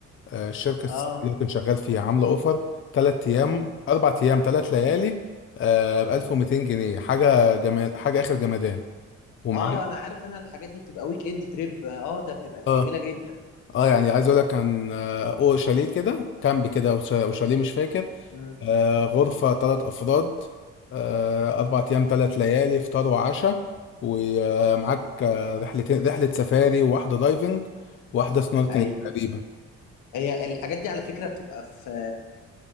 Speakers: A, on the left (about 40°); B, on the left (about 80°).
A: آه، الشركه السنة
B: اه
A: اللي كنت شغال فيها عامله اوفر ثلاث ايام اربع ايام ثلاث ليالي ب 1200 جنيه حاجه جمال حاجه اخر جمدان ومعانا
B: اه انا عارف انا الحاجات دي بتبقى ويك اند تريب اه ده بتبقى
A: اه
B: جميلة جدا
A: اه يعني عايز اقول لك كان آه، او شاليه كده كامب كده وش- وشاليه مش فاكر
B: مم.
A: آه، غرفه ثلاث افراد آه، اربع ايام ثلاث ليالي فطار وعشاء ومعاك آه رحلتين رحله سفاري وواحده دايفنج وواحده سنوركلينج
B: ايوه
A: تقريبا
B: هي الحاجات دي على فكرة بتبقى في